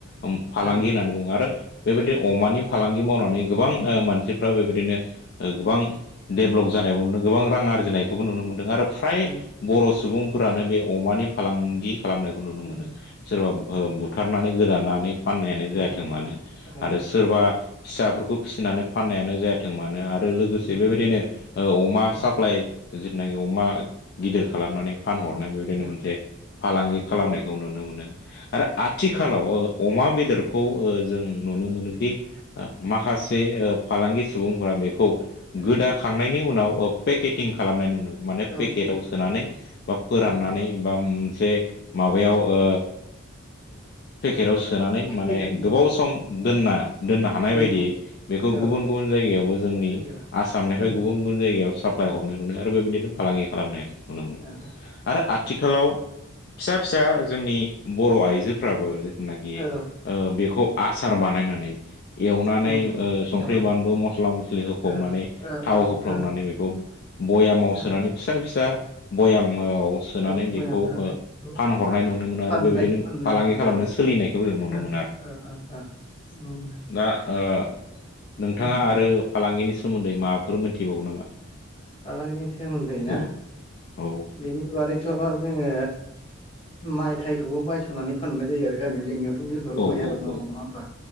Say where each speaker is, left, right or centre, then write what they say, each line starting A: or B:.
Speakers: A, on the left; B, on the left.
A: मोनसे फालांगि
B: उम
A: होननानै बुङो आरो बेबायदि अमानि फालांगि मावनानै गोबां मानसिफ्रा बेबायदिनो गोबां देबलब जानायावनो गोबां रां आरजिनाय खौबो नुनो मोनदों आरो फ्राय
B: ओं
A: बर' सुबुंफोरानो बे अमानि फालांगि खालामनायखौ नुनो
B: ओं
A: मोनो सोरबा बुथारनानै गोदानानै फाननायानो
B: औ
A: जाथों
B: गोनां होनबाय
A: मानो
B: औ
A: आरो सोरबा फिसाफोरखौ फिसिनानै फाननायानो जाया थों मानो आरो लोगोसे
B: उम
A: बेबायदिनो अमा
B: उम ओ
A: साप्लाइ जेनाखि अमा गिदिर खालामनानै फानहरनाय बेदिनो
B: ओ
A: मोनसे फालांगि खालामनायखौ
B: उम
A: नुनो मोनो आरो
B: उम
A: आथिखालाव ओ अमा बे देरखौ जों नुनो
B: उम
A: मोनोदि माखासे ओ फालांगि सुबुंफोरा बेखौ
B: ओ
A: गोदाखांनायनि उनाव पेकेटिं खालामनाय नुनो माने
B: औ
A: पेकेटाव
B: फैगोन
A: सोनानै बा
B: औ
A: फोराननानै बा मोनसे माबायाव ओ पेकेटाव सोनानै माने
B: फैगोन होननानै
A: गोबाव सम दोनना दोननो हानाय
B: दोननानै
A: बायदि बेखौ
B: औ
A: गुबुन गुबुन यावबो जोंनि
B: जायगायाव
A: आसामनिफ्राय
B: उम
A: गुबुन गुबुन जायगायाव साप्लाय
B: ओ
A: हरनाय नुनाय आरो बेबायदिनो फालांगि खालामनाय नुनो मोनो
B: अ
A: आरो आथिखालाव फिसा फिसा जोंनि बर' आइजोफ्राबो जिथुनाखि
B: औ
A: ओ बेखौ आसार बानायनानै एवनानै
B: उम
A: ओ संख्रि
B: एवना
A: बान मस्ला मस्लि होफबनानै
B: ओ ओ
A: थाव
B: ओ
A: होफ्लबनानै
B: ओ
A: बेखौ बयामाव
B: ओ
A: सोनानै फिसा फिसा बयाम सोनानै
B: औ
A: बेखौ
B: बयाम सोनानै
A: फानहरनाय नुनो मोनो
B: फाननाय
A: आरो बेबायदिनो
B: फाननाय
A: फालांगि
B: मानाय
A: खालामनानै
B: औ
A: सोलिनायखौ जों
B: <unintelligible>
A: नुनो मोनो आरो दा ओ नोंथाङा
B: ओ
A: आरो फालांगिनि सोमोन्दै माबाफोर मोनथिबावो नामा
B: फालांगिनि सोमोन्दै ना
A: गुबुन औ
B: बेनि बारै थ' जोङो माइ थाइखौबो बायस'नानै फाननाय जायो आरो गामियाव जोंनियावथ' गिलुबालु
A: औ
B: माइ आबाद मावो
A: औ
B: नङा होमा